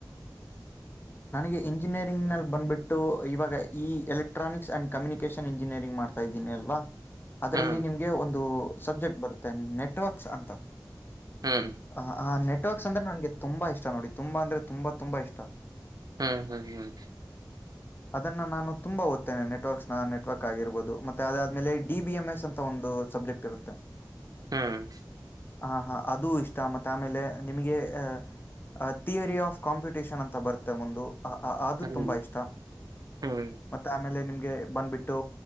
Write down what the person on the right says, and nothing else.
ಹ್ಮ್
ಹ್ಮ್
ಹ್ಮ್, ಹ್ಮ್, ಹ್ಮ. <inaudible>
ಹ್ಮ್. <inaudible>
ಹ್ಮ್
ಹ್ಮ್